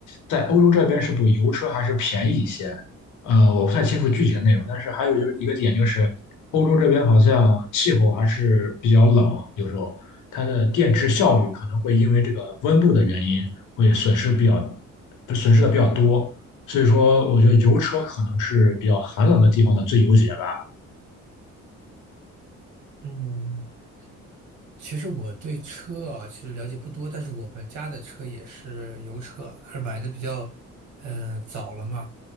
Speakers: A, on the left; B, on the right.
A: 在欧洲这边是不是油车还是便宜一些，呃，我不太清楚具体的内容，但是还有就是一个点就是，欧洲这边好像气候还是比较冷，有时候它的电池效率可能会因为这个温度的原因会损失比较损失的比较多，所以说我觉得油车可能是比较寒冷的地方的最优解吧。
B: 嗯，其实我对车啊，其实了解不多，但是我们家的车也是油车，还是买的比较，嗯，早了嘛，